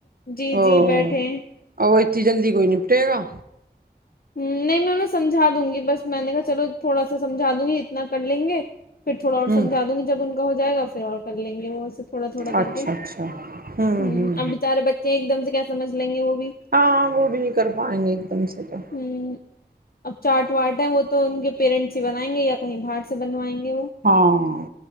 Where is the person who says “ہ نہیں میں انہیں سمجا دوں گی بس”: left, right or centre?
Left